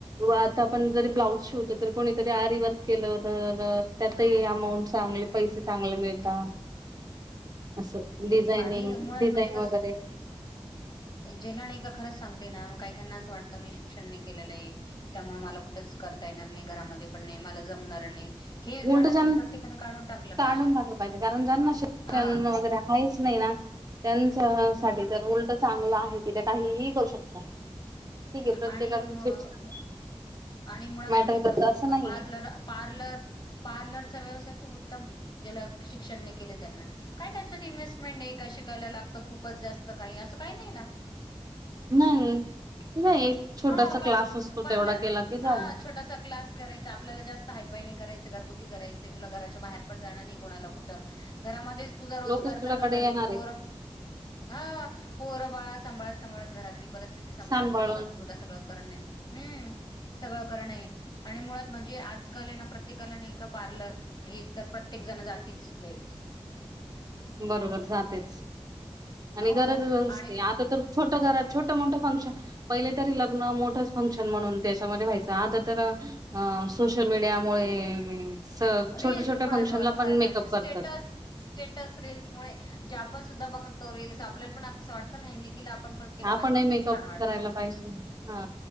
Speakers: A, on the right (about 35°); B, on the left (about 45°).
A: आता आपण जरी ब्लाऊज शिवतो तर कोणीतरी आरी वर्क केलं तर त्यातही अमाऊंट सांग पैसे चांगले मिळतात.
B: <unintelligible>
A: असं डिझायनिंग.
B: आणि मुळात
A: डिझाईन
B: म्हणजे कस
A: वगैरे
B: जेला नाही का खरंच सांगते ना काहीकना असं वाटत मी शिक्षण नाही केलेलं आहे त्यामुळे मला कुठेच करता येणार नाही घरामध्ये पण नाही मला जमणार नाही. हे मनातून
A: उलट जन
B: प्रत्येकाने काढून टाकलं पाहिजे
A: काढून टाकलं पाहिजे कारण ज्यांना श क्य
B: हा
A: त्याना जरा आहेच नाही ना त्यांच्या
B: म-
A: साठी तर चांगलं आहे कि त्या काहीही करू शकता ठीक आहे प्रत्येकाच
B: आणि
A: शिक्षण-
B: मु- आणि मुळात
A: मॅटर
B: म्हणजे तुला
A: करत
B: सांगू
A: असं
B: का
A: नाहीये
B: पार्लर पार्लर, पार्लरचा व्यवसाय खूप उत्तम आहे ज्याला शिक्षणने केले त्यांना काय त्याच्यात इन्व्हेस्टमेंट आहे कशीाय लागत. खूपच जास्त काही असं काही नाही ना.
A: नाही. नाही एक छोटासा
B: ह पार
A: क्लास असतो
B: पार्लर
A: तेवढा केला की झालं
B: हा छोटासा क्लास करायचा आपल्याला जास्त, हाय फाय नाही करायच घरगुती करायच तुला घराच्या बाहेर पण जण नाही कुनाला कुट, घरा मधेंच तुजा रोजगार
A: लोकच तुझ्याकडे
B: चालू राहील.
A: येणार
B: पोर,
A: आहे
B: हा पोर बाळा सांभाळत सांभाळत घरातली परिस्थिती सांभाळत
A: सांभाळून
B: सांभाळत. त करणे. ह सगळं करणं आहे आणि मुळात म्हणजे आजकाल आहे ना प्रत्येकाला नाही का पार्लर हे, तर प्रत्येक जण जातीच लेडीज.
A: बरोबर जातेच
B: हम्म
A: आणि
B: हो
A: गरजच असते
B: आणि
A: आता तर, छोट घरात छोट मोठं फंक्शन पहिले तरी लग्न मोठंच फंक्शन म्हणून त्याच्यामध्ये व्हायचं आता तर, अ सोशल मीडियामुळे. स
B: रीलस
A: छोट्या छोट्या
B: मुळे
A: फंक्शनला
B: मुळात
A: पण मेकअप
B: म्हणजे स्टेटस
A: करतात
B: स्टेट रीलस. मुळे जे आपण सुद्धा बघेल आपल्याला पण असं वाटतं ना ह्यानीं केल आपण पण केलं
A: आपणही
B: पाहिजे किती
A: मेकअप
B: छान वाटतं.
A: करायला पाहिजे हा